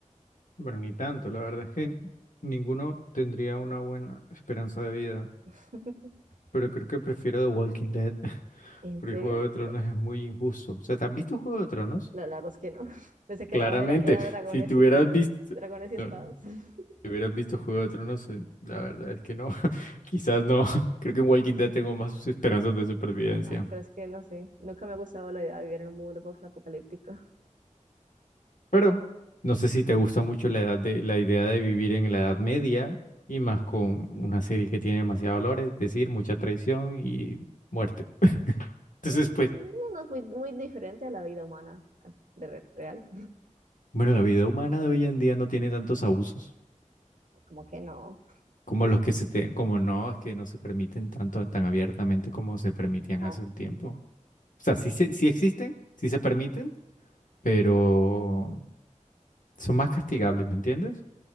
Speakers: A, on the left; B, on the right.
A: Bueno, ni tanto, la verdad es que ninguno tendría una buena esperanza de vida,
B: <laughs>
A: pero creo que prefiero The Walking Dead, <laughs>
B: ¿En
A: porque
B: serio?
A: Juego de Tronos es muy injusto. O sea, ¿te has visto Juego de Tronos?
B: No, la verdad es que no. <laughs> Pensé que
A: Claramente,
B: nada más era, era dragones
A: si te hubieras
B: y
A: visto,
B: dragones y espadas.
A: no, no,
B: <laughs>
A: si hubieras visto Juego de Tronos, eh, la verdad es que no, <laughs> quizás no. <laughs> Creo que en Walking Dead tengo más esperanzas de supervivencia.
B: Ay, pero es que no sé, nunca me ha gustado la idea de vivir en un mundo post-apocalíptico.
A: Pero no sé si te gusta mucho la edad de, la idea de vivir en la Edad Media y más con una serie que tiene demasiados valores, es decir, mucha traición y muerte. Entonces,
B: Mm,
A: pues,
B: No no es muy, muy diferente a la vida humana ah, de re- real.
A: bueno, la vida humana de hoy en día no tiene tantos abusos
B: Como que no.
A: como los que se te, como no, es que no se permiten tanto tan abiertamente como se permitían
B: Ah,
A: hace un tiempo. O sea, sí, se- sí existen, sí se permiten, pero son más castigables, ¿me entiendes?